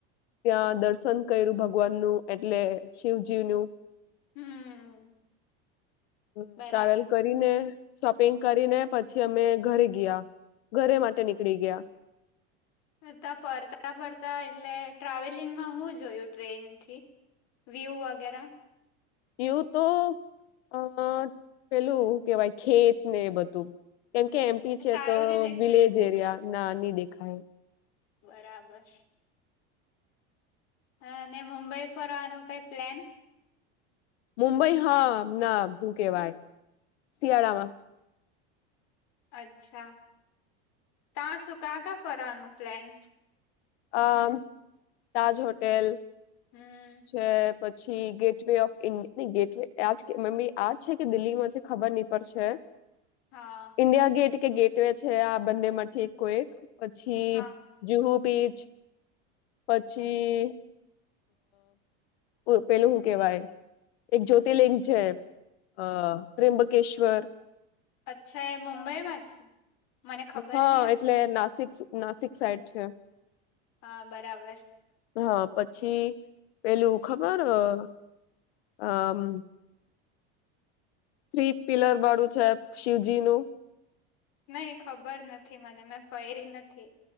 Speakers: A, on the left (about 80°); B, on the left (about 55°).
A: ત્યાં દર્શન કર્યું ભગવાન નું એટલે શિવજી નું.
B: હમ
A: હમ
B: બરાબર
A: ટ્રાવેલ ક કરીને શોપિંગ કરીને પછી અમે ઘરે ગયા ઘરે માટે નીકળી ગયા.
B: તા ફરતા ફરતા એટલે ટ્રાવેલિંગમાં હું જોયું ટ્રેન થી. વ્યું વગેરા
A: એવું તો અ પેલું કેવાય ખેત ને બધું કેમ કે એમ- પીછેે
B: સારું
A: તો
B: ને દેખાય
A: વિલેજ
B: એવું
A: એરિયા ના ની દેખાયો.
B: બરાબર અને મુંબઈ ફરવાનું કઈ પ્લેન?
A: મુંબઈ હા ના હૂ કેવાય શિયાળામાં.
B: અચ્છા તા શું કાં કાં ફરવાનું પ્લેન.
A: અ તાજ હોટેલ-
B: હમ.
A: છે. પછી gateway of India gateway આજ મમ્મી આજ છે કે દિલ્હીમાં છે ખબર નની પડશે.
B: હા.
A: ઇન્ડિયા ગેટ કે ગેટવે છે આ બંને માંથી એક કોઈ એક. પછી
B: હા
A: જુહુ બીચ પછી. અ પેલું શું કેવાય. એક જ્યોતિર્લિંગ છે અ ત્ર્યબકેશ્વર.
B: અચ્છા એ મુંબઈમાં છે. મને ખબર
A: હા
B: નહ હતી
A: એટલે નાસિક નાસિક સાઈડ છે.
B: હા બરાબર.
A: હા પછી પેલું ખબર આ. થ્રી પિલર બાળું છે શિવજી નું.
B: નહી ખબર નથી મને મેં ફૈરી નથી.